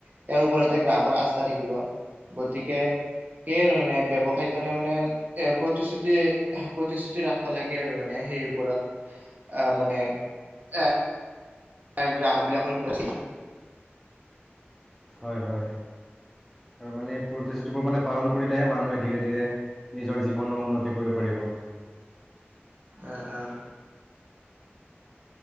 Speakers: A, on the right; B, in the centre.
A: তেওঁৰ ওপৰত সৈতে গ্ৰাহকৰ আস্থা থাকিব গতিকে সেইয় আৰু মানে ব্যয়ৱসায় ভাইজনে মানে এৰ প্ৰতিশ্ৰুতি প্ৰতিশ্ৰুতি ৰাখিব লাগে আৰু মানে সেই ওপৰত আহ মানে আহ ত গ্ৰাহকবিলাকৰ উপযজন
B: হয় হয় আৰু মানে প্ৰতিশ্ৰুতিবোৰ মানে পালন কৰিলেহে মানুহে ধীৰে ধীৰে নিজৰ জীৱনৰ উন্নতি কৰিব পাৰিব বোৱা
A: আহ আহ